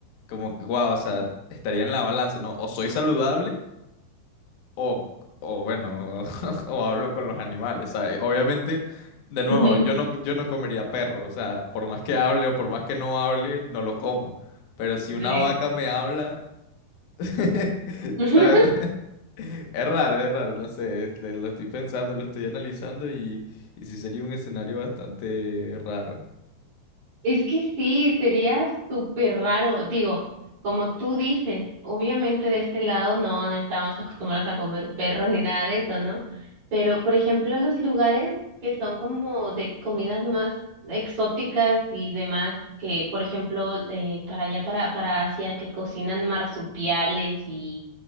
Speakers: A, on the left (about 80°); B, on the right (about 45°).
A: como, wow, o sea, estaría en la balanza, ¿no? O soy saludable. O, o bueno, <laughs> o hablo con los animales, ¿sabes? Obviamente, de nuevo,
B: <laughs>
A: yo no, yo no comería perro, o sea, por más que hable o por más que no hable, no lo como. Pero si
B: Sí.
A: una vaca me habla, <laughs>
B: <laughs>
A: ¿sabes? <laughs> Es raro, es raro, no sé, es- le- lo estoy pensando, lo estoy analizando y, y sí sería un escenario bastante raro.
B: Es que sí, sería súper raro. Digo, como tú dices, obviamente de este lado no, no estamos acostumbrados a comer perros ni nada de eso, ¿no? Pero, por ejemplo, los lugares que son como de comidas más exóticas y demás, que, por ejemplo, eh, para allá, para, para Asia, que cocinan marsupiales y,